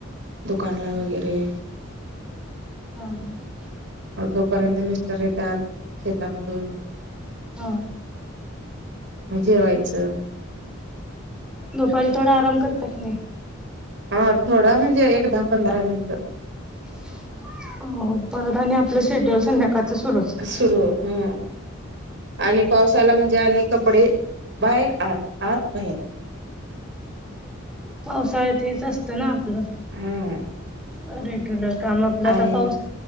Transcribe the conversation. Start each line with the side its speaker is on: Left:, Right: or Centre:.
Right: दुकानला
Centre: हम्
Right: वगैरे
Centre: हम हम् ह
Right: मग तोपर्यंत मिस्टर येतात शेतामधून
Centre: हा
Right: मजे व्हायचं
Centre: <inaudible> दुपारी थोडा आराम करतात नाहीी
Right: हा थोडा म्हणजे एक दहा पंधरा मिनिटं.
Centre: अच. हो परत आणि आपलं शेड्युल संध्याकाळचं सुरूच
Right: सुरू ह आणि पावसाला म्हणजे आणि कपडे बाहेर आ. आत बाहेर.
Centre: पावसाळ्यातच असतं ना आपलं
Right: हा
Centre: रेग्युलर काम आपला आता
Right: आणि
Centre: पाऊस